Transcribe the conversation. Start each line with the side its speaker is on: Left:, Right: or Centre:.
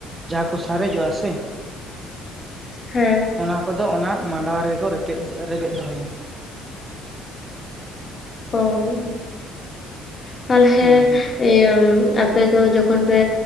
Right: ᱡᱟᱦᱟᱸ ᱠᱚ ᱥᱟᱨᱮᱡᱚᱜᱼᱟ ᱥᱮ
Left: ᱦᱮᱸ
Right: ᱚᱱᱟ ᱠᱚᱫᱚ ᱚᱱᱟ ᱢᱟᱰᱣᱟ ᱨᱮᱜᱮ ᱠᱚ ᱨᱮᱯᱮᱫ ᱨᱮᱵᱮᱫ ᱫᱚᱦᱚᱭᱟ ᱾
Left: ᱚᱸ ᱛᱟᱦᱚᱞᱮ
Right: ᱦᱮᱸ
Left: ᱤᱭᱟᱹ ᱟᱯᱮ ᱫᱚ ᱡᱚᱠᱷᱚᱱ ᱯᱮ